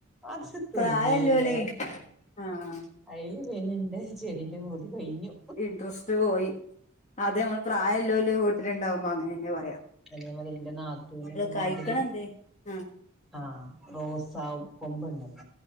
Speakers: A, in the centre; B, on the left.
A: അത് തിന്നേയ്ന്നു.
B: പ്രായല്ലോലെ ആഹ്
A: അയില് പിന്നെ ന്റെ ചെടിന്റെ പൂതി കഴിഞ്ഞു
B: ഇൻട്രസ്റ്റ് പോയി. അത് നമ്മള് പ്രായല്ലോല് വീട്ടില്ണ്ടാവുമ്പോ അങ്ങനെന്നെ പറയ.
A: അതേ പോലെ ന്റെ നാത്തൂന് ഇതേമാതിരി
B: കഴിക്കണന്തേ ആഹ്
A: ആ. റോസ കൊബ്ണ്ട